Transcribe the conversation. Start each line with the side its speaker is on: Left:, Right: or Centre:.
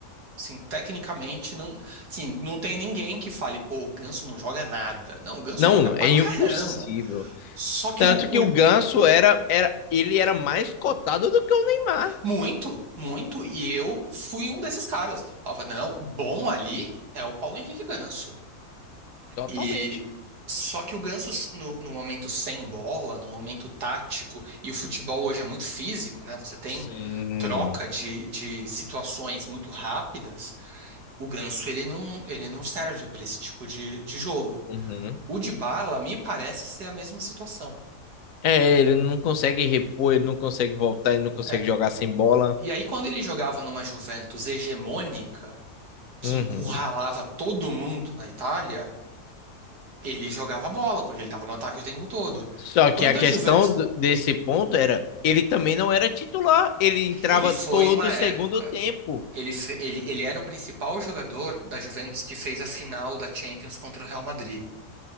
Right: Assim, tecnicamente, não, assim, não tem ninguém que fale, pô, o Ganso não joga nada. Não, o Ganso
Left: Não,
Right: joga
Left: não,
Right: pra
Left: é
Right: caramba.
Left: impossível.
Right: Só que
Left: Tanto
Right: o,
Left: que o Ganso era, era, ele era mais cotado do que o Neymar.
Right: Muito, muito. E eu fui um desses caras. Falava, não, bom ali é o Paulo Henrique Ganso.
Left: Totalmente.
Right: E só que o Ganso, no, no momento sem bola, no momento tático, e o futebol hoje é muito físico, né? Você tem
Left: Sim.
Right: troca de, de situações muito rápidas. O Ganso, ele não, ele não serve para esse tipo de, de jogo.
Left: Uhum.
Right: O Dybala me parece ser a mesma situação.
Left: É, ele não consegue repor, ele não consegue voltar, ele não consegue
Right: É,
Left: jogar sem bola.
Right: e aí, quando ele jogava numa Juventus hegemônica. que
Left: Uhum.
Right: encurralava todo mundo na Itália, ele jogava bola, porque ele estava no ataque o tempo todo.
Left: Só que
Right: Quando
Left: a questão
Right: a Juventus,
Left: do- desse ponto era, ele também não era titular, ele entrava
Right: ele foi
Left: todo
Right: uma época,
Left: segundo tempo.
Right: ele, fe- ele, ele era o principal jogador da Juventus que fez a final da Champions contra o Real Madrid.